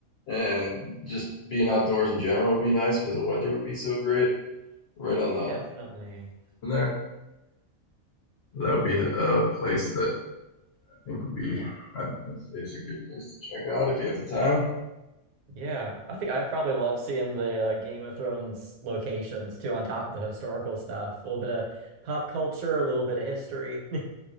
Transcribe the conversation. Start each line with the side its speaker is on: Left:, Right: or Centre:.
Left: and just being outdoors in general would be nice because the weather would be so great right on the
Right: definitely.
Left: in there. That would be a, a place that I think would be I'd, I'd say is a good place to check out if you have the time.
Right: Yeah, I think I'd probably love seeing the uh, Game of Thrones locations too, on top of the historical stuff. A little bit of pop culture, a little bit of history. <laughs>